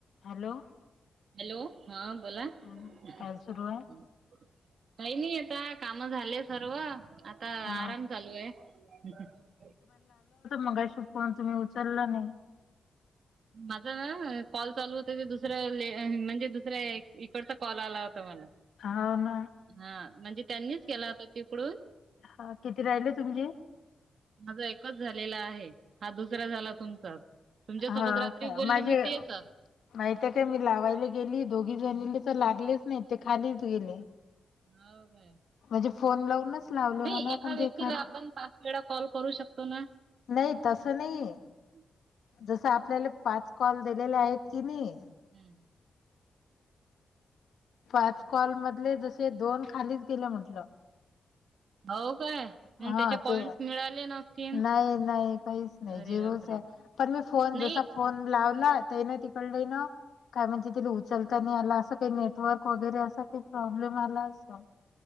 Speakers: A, on the left (about 70°); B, on the right (about 55°).
A: Hello!
B: Hello हा बोला काही
A: हा, काय सुरू आहे
B: नाही आता काम झाले सर्व आता
A: हा
B: आराम चालू आहे.
A: मगा श फन तुम्ही उचलला नाही!
B: माझा ना कॉल चालू होता दुसर्या म्हणजे दुसऱ्या इकडचा कॉल आला होता मला.
A: हव ना!
B: हा म्हणजे, त्यांनीच केला होता तिकडून
A: हा किती राहिल तुमचे,
B: माझा एकच झालेला आहे, हा दुसरा झाला तुमचा तुमच्यासोबत
A: हा
B: रात्री
A: का
B: बोलली
A: माझे
B: मी तेच,
A: माहित काय मी लावायला गेली दोघी जणीले तर लागलेच नाही ते खालीच गेले,
B: हो काय.
A: म्हणजे फोन लावूनच, लावले
B: नाही
A: म्हणा
B: एका
A: पण ते
B: व्यक्तीला
A: खाली.
B: आपण पाच वेळा कॉल करू शकतो ना?
A: नाही तसं नाहीय,
B: हम्!
A: जसं आपल्याला पाच कॉल दिलेले आहेत कि नाही,
B: हम्म!
A: पाच कॉल मधले जसे दोन खालीच गेले म्हटलं,
B: हो! काय
A: हा
B: मग त्याचे पॉइंट
A: ते
B: मिळाले नसतील
A: नाही नाही काहीच नाही
B: अरे
A: जिरूच
B: बापरे
A: आहे पण मी फोन
B: नाही
A: जसा फोन लावला <unintelligible> तड का म्हणजे त उचल नी याला असं काही नेटवर्क वगैरे असा काही प्रॉब्लेम आला अस,